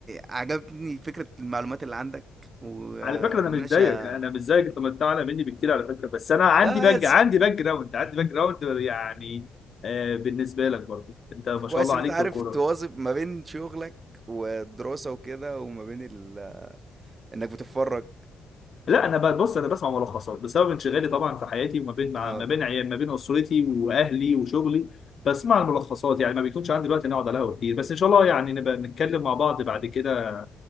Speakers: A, on the right; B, on the left.
A: عجبتني فكرة المعلومات اللي عندك ومناقشة
B: على فكره انا مش زيك انا مش زيك انت مت- اعلى مني بكتير على فكره بس انا عندي
A: لا
B: باك
A: س-
B: عندي باك جراوند عندي باك جراوند يعني آه بالنسبه لك برضو انت ما
A: كويس
B: شاء الله
A: ان
B: عليك
A: انت عارف
B: في الكوره
A: تواظب ما بين شغلك والدراسة وكده وما بين ال... انك بتتفرج
B: لا انا بقى بص انا بسمع ملخصات بسبب انشغالي طبعا في حياتي وما بين مع
A: اه
B: ما
A: ده.
B: بين عيال ما بين اسرتي واهلي وشغلي بسمع الملخصات يعني ما بيكونش عندي وقت اني اقعد على القهوه كتير بس ان شاء الله يعني نبقى نتكلم مع بعض بعد كده